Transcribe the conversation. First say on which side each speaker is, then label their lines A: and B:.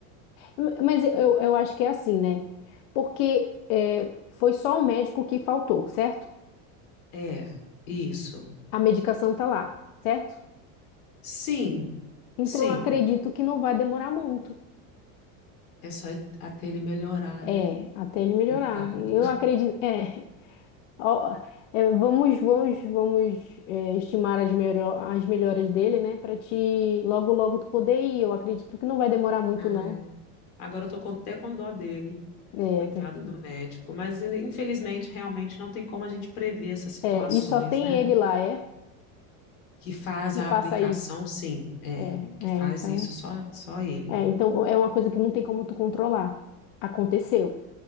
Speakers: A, on the left (about 60°); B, on the left (about 80°).
A: M- Mas eu, eu acho que é assim, né? Porque é, foi só o médico que faltou, certo?
B: É, isso.
A: A medicação tá lá, certo?
B: Sim,
A: Então
B: sim.
A: eu acredito que não vai demorar muito.
B: É só até ele melhorar,
A: É,
B: né?
A: até ele melhorar.
B: Coitado.
A: Eu acredito. É, <laughs> ó, é, vamos, vamos, vamos é, estimar as, melho- as melhoras dele, né? Para te logo, logo tu poder ir. Eu acredito que não vai demorar muito,
B: Ai.
A: não.
B: Agora eu tô com- até com dó dele,
A: É,
B: coitado
A: tem-
B: do médico. Mas ele, infelizmente, realmente não tem como a gente prever essas situações,
A: é, e só tem
B: né?
A: ele lá, é?
B: Que faz
A: E
B: a
A: faça
B: aplicação,
A: isso.
B: sim, é.
A: É,
B: Que
A: é,
B: faz
A: então.
B: isso só, só ele.
A: É, então é uma coisa que não tem como tu controlar. Aconteceu.